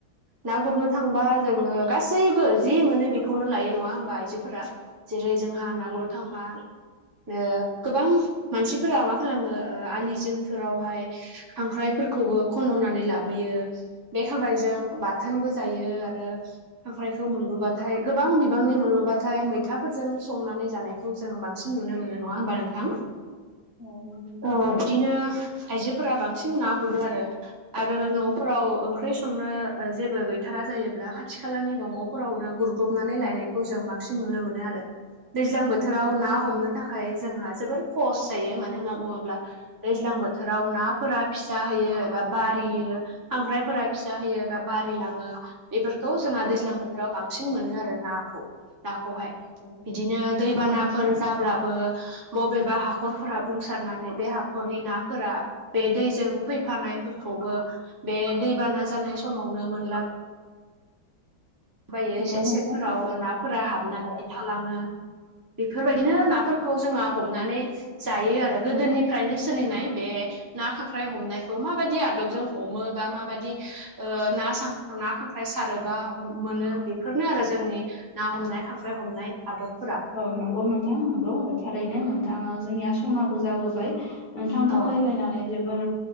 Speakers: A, on the right (about 20°); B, on the left (about 75°).
A: ना गुरनो थांबा जोङो गासैबो जि मोनो बेखौनो लायो नङा होमबा आइजोफोरा। जेरै जोंहा
B: औ नंगौ
A: ना गुरनो थांबा। ओ गोबां मानसिफोरा मा खालामो ओ आलि जिंफोरावहाय खांख्रायफोरखौबो खन'नानै लाबोयो। बे खांख्रायजों बाथोनबो जायो। आरो खांख्रायखौ मोनबोबाथाय गोबां बिबांनि मोनबोबाथाय मैथाफोरजों संनानै जानाय खौ जों बांसिन नुनो मोनो नङा होमबा नोंथां?
B: औ नंगौ नोंथां
A: ओ बिदिनो आइजोफोरा बांसिन ना गुरो आरो। आरो न' फोराव ओंख्रि संनो ओ जेबो गैथारा जायोब्ला खाथि खालानि दंग'फोरावनो गुर हबनानै लायनायखौ जों बांसिन नुनो मोनो आरो। दैज्लां बोथोराव
B: औ
A: ना हमनो थाखाय थाखाय जोंहा जोबोर खहस जायो। मानो होनना बुङोब्ला दैज्लां बोथोराव ना फोरा फिसा होयो एबा बारियो, खांख्रायफोरा फिसा होयो एबा बारिलाङो। एफोरखौ जोंहा दैज्लां बोथोराव बांसिन मोनो आरो नाखौ। नाखौहाय
B: नंगौ
A: बिदिनो दैबानाफोर
B: नंगौ नोंथां
A: जाब्लाबो मबेबा हाखरफोरा बुंसारनानै बे हाखरनि नाफोरा बे दैजों फैफानायफोरखौबो बे दैबाना जानाय समावनो मोनला बायो
B: नंगौ
A: एसे
B: नोंथां
A: सेनफोराव नाफोरा हाबनानै
B: औ
A: थालाङो बेफोरबायदिनो नाफोरखौ खौ जोंहा हमनानै जायो आरो गोदोनिफ्रायनो सोलिनाय बे ना खांख्राइ हमनायखौ माबायदि आदबजों हमो बा माबाददि ओ ना सा ना खांख्राय सारोबा मोनो बेफोरनो आरो जोंनि ना हमनाय खांख्राइ हमनाय। आदबफोरा।
B: औ नंगौ नोंथां नंगौ थारैनो नोंथाङा जोंनिया समाबो जाबोबाय। नोंथांजों
A: औ
B: रायज्लायनानै जोबोर